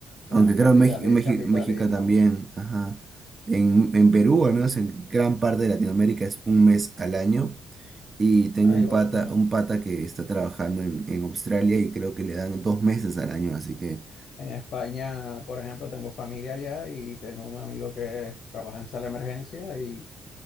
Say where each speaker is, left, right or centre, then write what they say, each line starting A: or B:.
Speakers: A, on the right; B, on the left.
A: Aunque
B: Es un
A: creo
B: capital,
A: México,
B: es capitalismo.
A: México, también, ajá. En, en Perú, o al menos en gran parte de Latinoamérica, es un mes al año. Y tengo
B: Ay,
A: un
B: bueno,
A: pata, un pata que está trabajando en, en Australia y creo que le dan dos meses al año. Así que
B: eh, en España, por ejemplo, tengo familia allá y tengo un amigo que trabaja en sala de emergencia y